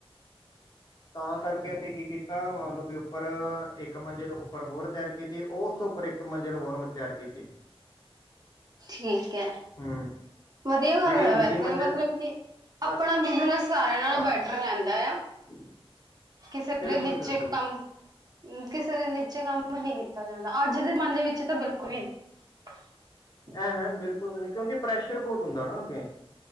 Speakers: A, on the left (about 40°); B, on the right (about 40°).
A: ਤਾਂ ਕਰਕੇ ਅਸੀਂ ਕੀ ਕੀਤਾ ਮਤਲਬ ਵੀ ਉੱਪਰ ਇੱਕ ਮੰਜਿਲ ਨੂੰ ਉੱਪਰ ਹੋਰ ਤਿਆਰ ਕੀਤੀ ਉਹ ਉਸ ਤੋਂ ਉੱਪਰ ਇੱਕ ਮੰਜ਼ਿਲ ਹੋਰ ਤਿਆਰ ਕੀਤੀ।
B: ਠੀਕ ਹੈ,
A: ਹੂੰ
B: ਵਧੀਆ ਗੱਲ
A: ਜਿਹੜੀ
B: ਹੈ, ਵੈਸੇ
A: ਦੂਜੀ ਮੰਜ਼ਿਲ
B: ਮਤਲਬ ਕੀ ਆਪਣਾ
A: ਹਾਂ
B: ਬਿਜਨਸ ਸਾਰਿਆਂ ਨਾਲੋਂ
A: ਹਾਂ
B: ਬੈਟਰ ਰਹਿੰਦਾ ਆ।
A: <inaudible>
B: ਕਿਸੇ
A: ਬਿਲਕੁਲ
B: ਦੇ ਨੀਚੇ
A: ਬਿਲਕੁਲ
B: ਕੰਮ ਕਿਸੇ ਦੇ ਨੀਚੇ ਕੰਮ ਨੀ ਕੀਤਾ ਜਾਂਦਾ, ਅੱਜ ਦੇ ਜ਼ਮਾਨੇ ਵਿੱਚ ਤਾਂ ਬਿਲਕੁਲ ਹੀ ਨਹੀਂ। <inaudible>
A: ਐਂ ਹੈ, ਬਿਲਕੁਲ-ਬਿਲਕੁਲ ਕਿਉਂਕਿ ਪ੍ਰੈਸ਼ਰ ਬਹੁਤ ਹੁੰਦਾ ਨਾ ਅੱਗੇ।